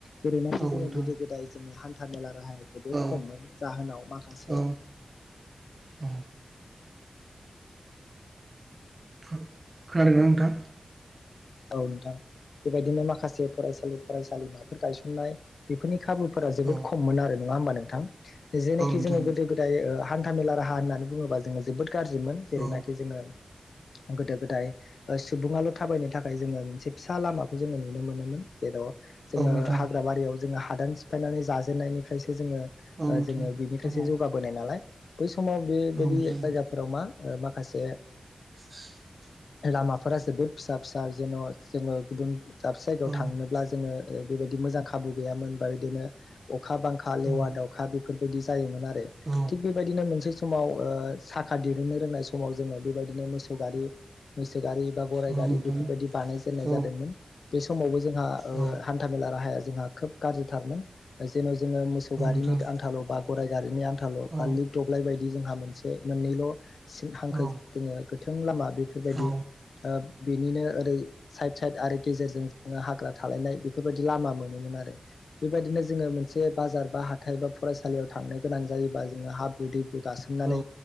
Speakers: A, on the left; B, on the right.
A: जेरैनाखि
B: औ
A: जोङो
B: नोंथां
A: गोदो गोदाय जोङो हान्था मेला राहा जोबोद
B: औ
A: खममोन जाहोनाव माखासे
B: औ औ खोनादोंं ना नोंथा?
A: औ नोंथां बेबायदिनो माखासे फरायसालि फरायसालिमाफोर गायसननाय बेफोरनि खाबुफोरा जोबोद
B: औ
A: खममोन मोन आरो नङा होमबा नोंथां जेखि
B: औ नोंथां
A: जोङो गोदो गोदाय हान्थामेला राहा होननानै बुङोबा जोङो जोबोद गाज्रिमोन जेरैनाखि
B: औ
A: जोङो गोदो गोदाय सुबुङाल' थाबायनो था खाय जोङो मोनसे फिसा लामाखौ जोङो नुनो मोनोमोन जेराव जोङो
B: औ नोंथां
A: हाग्रा बारियाव जोङो हादान सिफायनानै जाजेननायनिफ्रायसो जोङो
B: औ नोंथां
A: जोङो बिनिफ्रायसो
B: औ
A: जौगाबोनाय नालाय बै सम समाव बेबायदि
B: औ नोंथां
A: जायगाफोराव मा माखासे
B: <inaudible>
A: लामाफोरा जोबोद फिसा फिसा जेन' जोङो गुबुन दाबसे जायगायाव
B: औ
A: थांनोब्ला जोङो बेबायदि मोजां खाबु गैयामोन बा बिदिनो अखा बांखा
B: औ
A: लेवा
B: औ
A: दाउखा बेफोरबायदि जायोमोन आरो।
B: औ
A: थिग बेबायदिनो मोनसे समाव ओ सा खा दिरुननो रोंनाय समाव जोङो बेबायदिनो मोसौ गारि मैसो गारि बा गराइ
B: औ
A: गारि
B: नोंथां
A: बि फोरबायदि बानाय जेननाय
B: औ
A: जादोंमोन बे समावबो जोंहा ओ
B: औ
A: हान्था मेला राहाया जोंहा खोब गाज्रिथारमोन जेन' जोङो मोसौ
B: औ
A: गारिनि
B: नोंथां
A: आनथाल' बा गाराइ गारिनि आन थाल'
B: औ
A: फाल्लि दब्लाय बायदि जोंहा मोनसे मोननैल' सिन हांखो
B: औ
A: जोङो गोथों लामा बेफोरबायदि
B: औ
A: ओ बेनिनो ओरै साइद साइद आरि गेजेरजों जोङो हाग्रा थालायनाय बेफोरबायदि लामा मोनोमोन आरो बेबायदिनो जोङो मोनसे बाजार बा हाथाइ बा फरायसालियाव थांनो गोनां जायोबा जोङो हाब दैब्रु गासोमनानै
B: औ